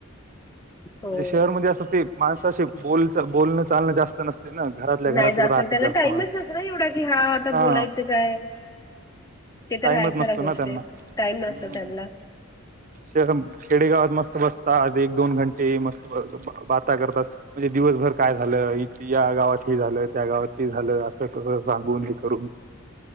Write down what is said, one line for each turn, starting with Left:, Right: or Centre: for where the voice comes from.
Left: हो.
Right: म्हणजे शहरमध्ये असं ते माणसाशी बोल चा बोलणं चालणं जास्त नसत ते ना घरातल्या घरातच
Left: नाही
Right: राहतात
Left: त्यांना
Right: जास्त
Left: टाईमच
Right: माणसं
Left: नसतो ना एवढा, की आता
Right: हा
Left: बोलायचं काय? ते तर
Right: टाईमच
Left: आहे
Right: नसतो
Left: खरं गोष्ट
Right: ना त्यांना
Left: आहे. टाईम नसतो
Right: ह ह
Left: त्यांना.
Right: शर गडी गावात मस्त बसत आ एक दोन घंटे मस्त ब त बाता करतात म्हणजे दिवसभर काय झालं इथं या गावात ते झालं त्या गावात हे झालं अस त सांगून हे करून